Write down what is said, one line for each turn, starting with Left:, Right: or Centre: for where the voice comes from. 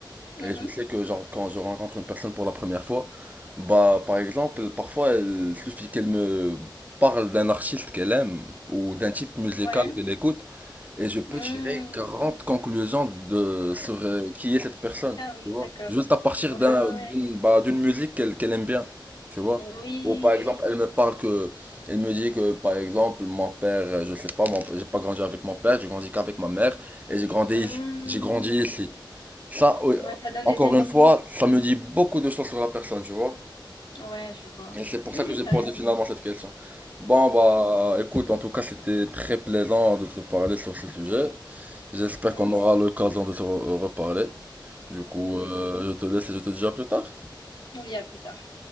Left: Mhm.
Right: Et je sais que genre quand je rencontre une personne pour la première fois, bah par exemple, parfois il suffit qu'elle me parle d'un artiste qu'elle aime ou d'un type musical
Left: Ouais.
Right: qu'elle écoute et je peux
Left: Mm.
Right: tirer 40 conclusions de sur euh, qui est cette personne,
Left: Ah oui,
Right: tu vois.
Left: d'accord.
Right: Juste à partir
Left: Ouais,
Right: d'un
Left: ouais, ouais.
Right: d'une bah, d'une musique qu'elle qu'elle aime bien, tu vois.
Left: Oui,
Right: Ou par
Left: oui,
Right: exemple, elle me parle que elle me dit que par exemple, mon père, euh, je sais pas, mon- j'ai pas grandi avec mon père, j'ai grandi qu'avec ma mère et j'ai grandi
Left: oui.
Right: ici- j'ai grandi
Left: Mm.
Right: ici. Ça, oui,
Left: Ouais, ça donne
Right: encore
Left: des indices.
Right: une fois, ça me dit beaucoup de choses sur la personne, tu vois.
Left: Ouais, je vois.
Right: Et c'est pour
Left: Oui,
Right: ça que
Left: oui,
Right: j'ai
Left: t'as
Right: posé
Left: raison.
Right: finalement cette question. Bon, bah,
Left: Mm.
Right: écoute, en tout cas, c'était très plaisant de te parler sur ce sujet. J'espère
Left: Ouais,
Right: qu'on aura l'occasion de se re- reparler. Du coup,
Left: oui, oui.
Right: euh, je te laisse et je te dis à plus tard.
Left: On y a plus tard.